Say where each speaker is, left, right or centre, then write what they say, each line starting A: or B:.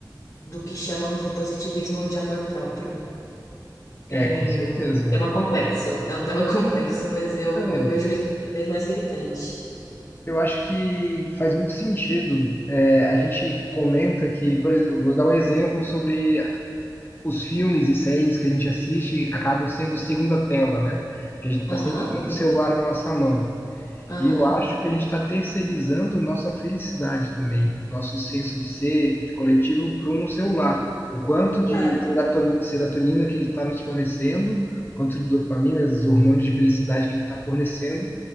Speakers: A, on the left (about 45°); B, on the left (about 30°).
A: do que chamam de positivismo ou de amor próprio.
B: É,
A: É,
B: com certeza.
A: Tema complexo. É um tema <laughs> complexo, mas eu,
B: Então,
A: eu vejo isso cada vez mais gritante.
B: eu acho que faz muito sentido. É, a gente comenta que, por exemplo, vou dar um exemplo sobre os filmes e séries que a gente assiste acabam sendo segunda tela, né? Porque a gente está
A: Aham,
B: sempre com o celular na nossa mão.
A: aham.
B: E eu acho que a gente está terceirizando nossa felicidade também, nosso senso de ser, de coletivo, para um celular. O quanto de
A: Claro.
B: seraton- serotonina que ele está nos fornecendo, quanto de dopamina, os hormônios de felicidade que ele está fornecendo,